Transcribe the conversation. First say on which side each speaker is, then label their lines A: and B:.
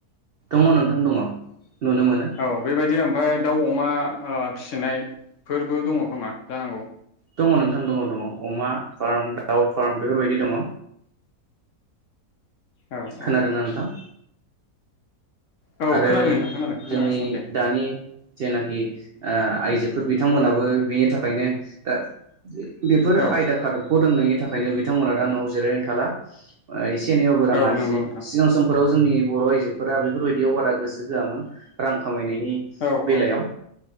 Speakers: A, on the right; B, on the left.
A: दङ नोंथां दङ। नुनो मोनो
B: औ बेबायदि ओमफ्राय दाउ अमा फिसिनायफोरबो दङ खोमा जानांगौ।
A: दङ नोंथां दङ दङ अमा फार्म दाउ फार्म बेफोरबायदि दङ।
B: औ औ
A: खोनादोंना नोंथां।
B: औ
A: आरो
B: खोनादों नोंथां खोनादों खोनागासिनो
A: जोंनि
B: दे
A: दानि जेनेखि आइजोफोर बिथांमोनाबो बेनि थाखा खायनो दा बेफोर
B: औ
A: आयदा खादबखौ रोंनायनि थाखायनो बिथांमोना दा नआव जिरायनो थाला एसे एनैबाबो रां
B: औ
A: आरजि
B: नंगौ नोंथां
A: सिगां समफोर जोंनि बर आइजोफोरा बे फोरबायायदियाव बारा गोसो होआमोनोन रां खा खामायनायनि
B: औ
A: बेलायाव
B: औ